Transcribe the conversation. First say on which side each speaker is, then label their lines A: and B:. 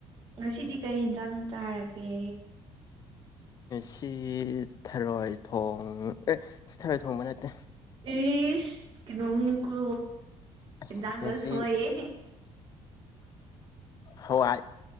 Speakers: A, on the right; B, on the left.
A: ꯉꯁꯤꯗꯤ ꯀꯩ ꯍꯤꯟꯖꯥꯡ ꯆꯥꯔꯒꯦ
B: ꯁꯤ ꯊꯔꯣꯏ ꯊꯣꯡ ꯑꯦ ꯁꯤ ꯊꯔꯣꯏ ꯊꯣꯡꯕ ꯅꯠꯇꯦ
A: ꯏꯁ ꯀꯩꯅꯣꯅꯤ ꯀꯣ
B: ꯑꯁ
A: ꯏꯟꯁꯪ
B: ꯉꯁꯤ
A: ꯒꯁꯨꯁꯣꯏ
B: ꯍꯋꯥꯏ